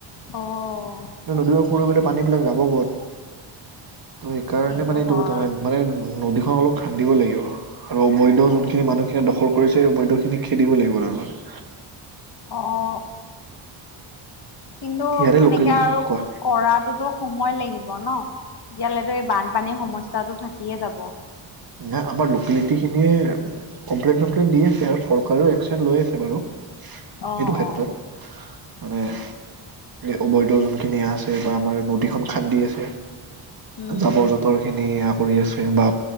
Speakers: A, on the left; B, on the right.
A: অ'।
B: নদীবোৰ সৰু গ'লে পানী বিলাক যাব ক'ত। ত' সেইকাৰণে
A: সেইটো
B: মানে এইটো
A: হয়
B: ত কথা মানে নদীখন অলপ খান্দিব লাগিব, আৰু অবৈধ
A: অ
B: যোনখিনি মানুহখিনি দখল কৰিছে সেই অবৈধ খিনি খেদিব লাগিব তাৰমানে।
A: অ', অ'। কিন্তু
B: ইয়াৰে
A: সেনেকে
B: লোকেল
A: আৰু
B: কোৱা
A: কৰাটোতো সময় লাগিব ন, তেতিয়া লৈকে এই বানপানীৰ সমস্যাটো থাকিয়ে যাব।
B: নে আমাৰ লোকেলিটি খিনিয়ে কমপ্লেইন চমপ্লেইন দি আছে, আৰু চৰকাৰেও একচন লৈ আছে বাৰু।
A: অ
B: সেইটো ক্ষেত্ৰত,
A: অ
B: মানে এই অবৈধ যোনখিনি আছে বা আমাৰ নদিখন খান্দি আছে,
A: উম
B: যাবৰ জোথৰ খিনি কৰি আছে, বা